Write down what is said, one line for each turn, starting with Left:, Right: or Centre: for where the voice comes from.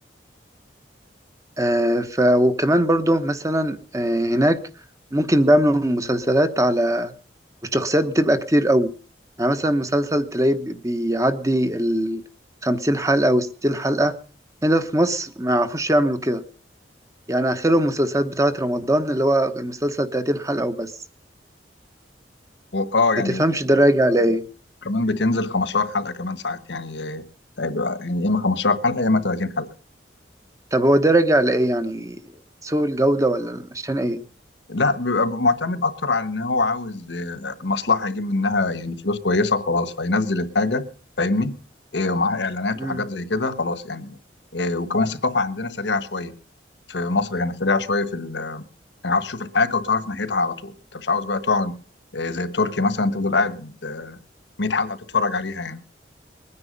Right: آه، ف وكمان برضو مثلا آه، هناك ممكن بيعملوا مسلسلات على والشخصيات بتبقى كتير قوي يعني مثلا مسلسل تلاقيه بي- بيعدي ال 50 حلقة و 60 حلقة هنا في مصر ما يعرفوش يعملوا كده يعني آخرهم المسلسلات بتاعة رمضان اللي هو المسلسل 30 حلقة وبس
Left: واه يعني
Right: ما تفهمش ده راجع لإيه
Left: كمان بتنزل 15 حلقة كمان ساعات يعني آه، بيبقى يعني يا إما 15 حلقة يا إما 30 حلقة
Right: طب هو ده راجع لإيه يعني سوء الجودة ولا عشان إيه؟
Left: لا بيبقى معتمد أكتر على إن هو عاوز آه، مصلحة يجيب منها يعني فلوس كويسة وخلاص فينزل الحاجة فاهمني آه، ومعاها إعلانات
Right: مم.
Left: وحاجات زي كده خلاص يعني آه، وكمان الثقافة عندنا سريعة شوية في مصر يعني سريعة شوية في ال... يعني عاوز تشوف الحاجة وتعرف نهايتها على طول أنت مش عاوز بقى تقعد آه، زي التركي مثلا تفضل قاعد آه، 100 حلقة بتتفرج عليها يعني